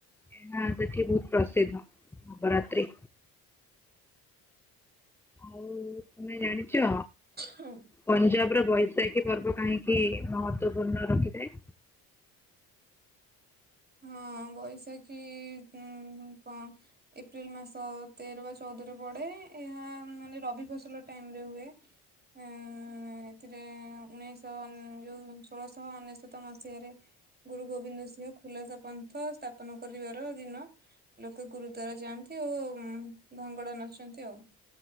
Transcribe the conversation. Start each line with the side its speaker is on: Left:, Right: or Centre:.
Centre: ଏହା ସେଠି ବହୁତ ପ୍ରସିଦ୍ଧ। ନବରାତ୍ରି। ଆଉ ତୁମେ ଜାଣିଚ?
Right: ହୁଁ
Centre: ପଞ୍ଜାବର ବୈଶାଖୀ ପର୍ବ କାହିଁକି ମହତ୍ଵପୂର୍ଣ୍ଣ ରଖିଥାଏ?
Right: ହଁ ବୈଶାଖୀ ହୁଁ କ ଏପ୍ରିଲ ମାସ ତେର ବା ଚଉଦରେ ପଡେ ଏହା ମାନେ ରବି ଫସଲ ଟାଇମରେ ହୁଏ। ଉ ଏଥିରେ ଉଣେଇଶହ ଯୋଉ ଷୋଳଶହ ଅନେଶତ ମସିହାରେ ଗୁରୁ ଗୋବିନ୍ଦ ସିଂହ ଖୁଲାସା ପନ୍ଥ ସ୍ଥାପନ କରିବାର ଦିନ ଲୋକେ ଗୁରୁ ଦ୍ୱାର ଯାଆନ୍ତି। ଓ ଭଙ୍ଗଡ଼ା ନାଚନ୍ତି ଆଉ